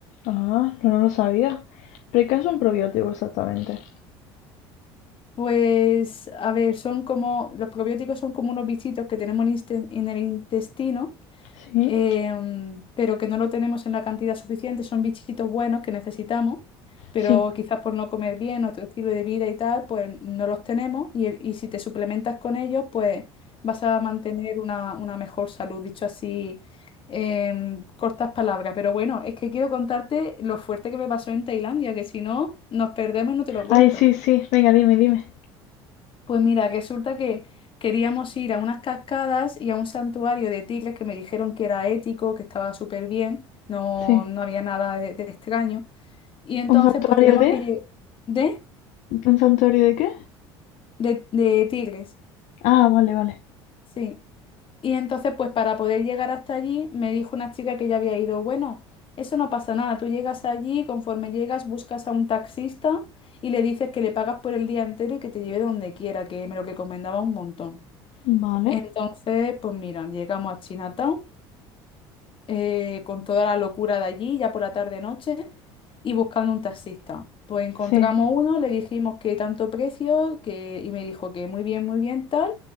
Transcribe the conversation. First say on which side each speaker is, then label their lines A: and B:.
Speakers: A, on the left (about 60°); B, on the left (about 40°).
A: Ah, no, no lo sabía. ¿Pero qué es un probiótico exactamente?
B: Pues, a ver, son como, los probióticos son como unos bichitos que tenemos en inste- en el intestino.
A: Sí,
B: em, pero que no lo tenemos en la cantidad suficiente. Son bichitos buenos que necesitamos, pero
A: sí.
B: quizás por no comer bien, nuestro estilo de vida y tal, pues no los tenemos. Y, el- y si te suplementas con ellos, pues vas a mantener una, una mejor salud, dicho así. en cortas palabras, pero bueno, es que quiero contarte lo fuerte que me pasó en Tailandia, que si no, nos perdemos y no te lo cuento.
A: Ay, sí, sí, venga, dime, dime.
B: Pues mira, resulta que queríamos ir a unas cascadas y a un santuario de tigres que me dijeron que era ético, que estaba súper bien, no,
A: Sí.
B: no había nada de, de extraño. Y entonces
A: ¿Un santuario
B: pues tenemos
A: de?
B: que... lle- ¿De?
A: ¿Un santuario de qué?
B: De, de tigres,
A: Ah, vale, vale.
B: sí. Y entonces pues para poder llegar hasta allí me dijo una chica que ya había ido, bueno, eso no pasa nada, tú llegas allí, conforme llegas buscas a un taxista y le dices que le pagas por el día entero y que te lleve donde quiera, que me lo recomendaba un montón.
A: Vale.
B: Entonces, pues mira, llegamos a Chinatown eh, con toda la locura de allí, ya por la tarde-noche, y buscando un taxista. Pues encontramos
A: Sí.
B: uno, le dijimos que tanto precio, que, y me dijo que muy bien, muy bien, tal,